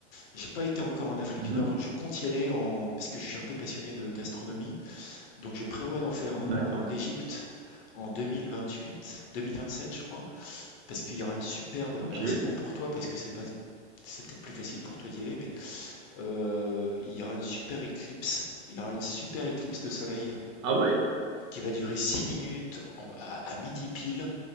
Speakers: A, on the left; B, on the right.
A: J'ai pas été encore en Afrique
B: Mhm.
A: du Nord. Je compte y aller en parce que je suis un peu passionné de- d'astronomie. Donc je prévois d'en faire un
B: D'accord.
A: en Égypte en 2028, 2027 je crois, parce qu'il y aura une superbe.
B: Ok.
A: Alors c'est bon pour toi parce que c'est pas, c'est peut-être plus facile pour toi d'y aller, mais euh, il y aura une super éclipse. Il y aura une super éclipse de soleil
B: Ah ouais?
A: qui va durer 6 minutes en- à, à midi pile.